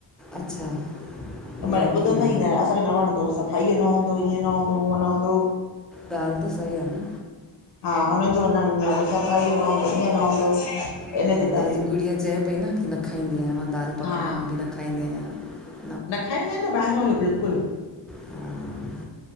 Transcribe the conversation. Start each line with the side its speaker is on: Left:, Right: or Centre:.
Centre: अच्छा न
Left: त मतलब
Centre: वठी
Left: ॿुधंदा
Centre: ईंदा
Left: ईं न आहिनि, असांखे न वणंदो सफ़ाइयो न हूंदो, ईअं न हूंदो उअं न हूंदो।
Centre: ॻाल्हि त सही आहे न।
Left: हा हुननि जो हलण ईअं आह। भई सफ़ाई यो न हूंदो ईअं न हूंदो
Centre: हा
Left: इनजे
Centre: तव्हांजी
Left: करे
Centre: गुड़िया चए पई न की, न खाईंदी आहियां, मां दालि पकवान
Left: हा
Centre: बि न खाईंदी आहियां।
Left: न खाईंदा आहिनि न ॿाहिरां इहो बिल्कुलु।
Centre: हा